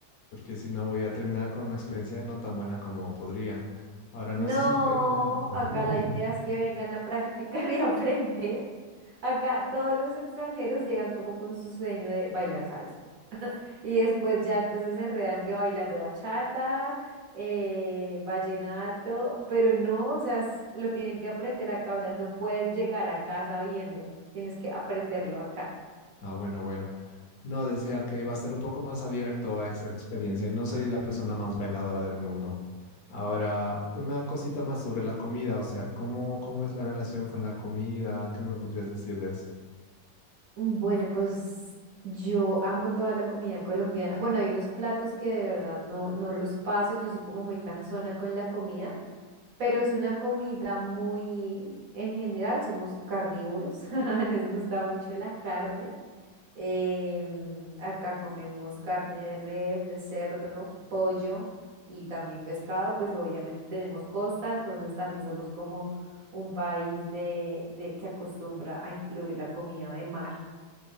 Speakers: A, on the left; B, on the right.
A: porque si no voy a terminar con una experiencia no tan buena como podría. Ahora, no
B: No,
A: sé si tienen... <laughs>
B: acá la idea es que vengan a practicar y <laughs> aprender. Acá todos los extranjeros llegan como con su sueño de bailar salsa. Y después ya entonces se enredan que bailando bachata, eh, vallenato, pero no, o sea, es- lo tienen que aprender acá, o sea, no puedes llegar acá sabiendo, tienes que aprenderlo acá.
A: Ah, bueno, bueno. No, decía que iba a ser un poco más abierto a esa experiencia. No soy la persona más bailadora del mundo. Ahora, una cosita más sobre la comida, o sea, ¿cómo, cómo es la relación con la comida? ¿Qué me podrías decir de eso?
B: Bueno, pues yo amo toda la comida colombiana. Bueno, hay unos platos que de verdad no, no los paso, yo soy como muy cansona con la comida, pero es una comida muy, en general somos carnívoros, <laughs> nos gusta mucho la carne. Em, acá comemos carne de res, de cerdo, pollo y también pescado, pues obviamente tenemos costa, entonces también somos como un país de, de que acostumbra a incluir la comida de mar.